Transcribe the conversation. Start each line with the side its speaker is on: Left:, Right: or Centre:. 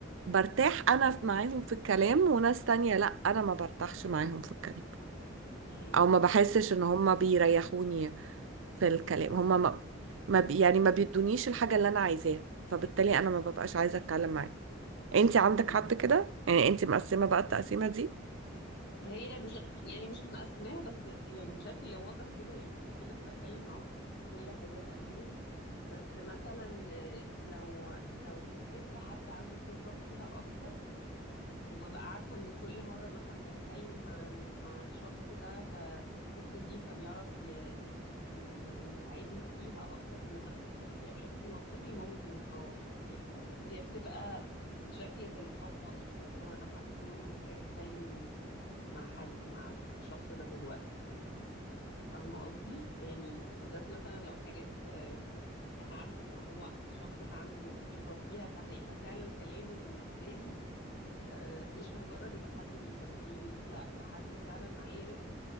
Right: برتاح انا ف- معاهم في الكلام وناس تانية لا انا ما برتاحش معاهم في الكلام
Left: ايوه
Right: او
Left: فاهمه
Right: ما بحسش
Left: قصدك
Right: ان هما بيريحوني في الكلام
Left: امم
Right: هما ما ما بي- يعني ما بيدونيش الحاجة اللي انا عايزاها فبالتالي انا ما ببقاش عايزة اتكلم معاهم انت عندك
Left: ايوه
Right: حد كده يعني انت مقسمة بقى التقسيمة دي
Left: هي مش يعني مش مقسماها بس يعني بشكل واضح كده يعني في ناس بتكلم معاهم اكيد في كل حاجة تقريبا بس مثلا آه، لو لو في حتة حد عنده خبرة فيها اكتر وببقى عارفة ان كل مرة مثلا بتكلم مع ال- مع الشخص ده ف- في الحتة دي فبيعرف ي- ي- يعني يساعدني فيها اكتر ان انا افكر فيها بشكل منطقي ممكن اه يحصل بس هي بتبقى بشكل تلقائي كده اللي هو انا حاسة ان انا محتاجة اتكلم مع حد مع الشخص ده دلوقتي مثلا فاهمة قصدي يعني بالذات مثلا لو حاجات آه، أنا عارفة إن هو الشخص ده عنده خبرة فيها فهيبقى فعلا كلامه بالنسبة لي آه، مش مجرد إن حد بيهديني لا ده حد فعلا عارف